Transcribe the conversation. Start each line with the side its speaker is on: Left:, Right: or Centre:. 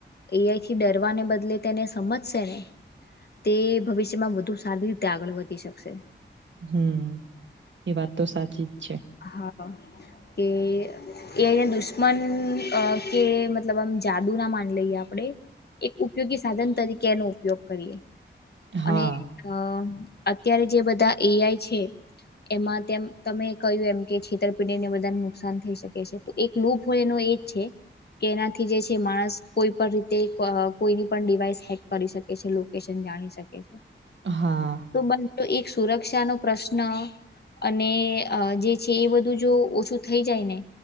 Left: એઆઈ થી ડરવાને બદ લે તેને સમજશે ને તે ભવિષ્યમાં વધુ સારી રીતે આગળ વધી શકશે.
Right: હમ્મ એ વાત તો સાચી જ છે.
Left: હા કે એ આઈ ના અ દુશ્મન અ કે મતલબ જાદુ ના માન લઈએ આપડે એક ઉપયોગી સાધન તરીકે એનો ઉપયોગ કરીએ.
Right: હા,
Left: અને અ અત્યારે જે બધા એઆઈ છે એમાં તેમ તમે કહ્યું એમ કે છેતરપિડીને વધાને નુકસાન થઈ શકે છે. તો એક લુપ હોય એનો એ જ છે. કે એનાથી જે છે માણસ કોઈ પણ રીતે કોઈની પણ ડિવાઈસ હેક કરી શકે છે લોકેશન જાણી શકે છે.
Right: હા,
Left: તો બન એક સુરક્ષા નો પ્રશ્ન અને અ જે છે એ બધું જો ઓછું થઈ જાય ને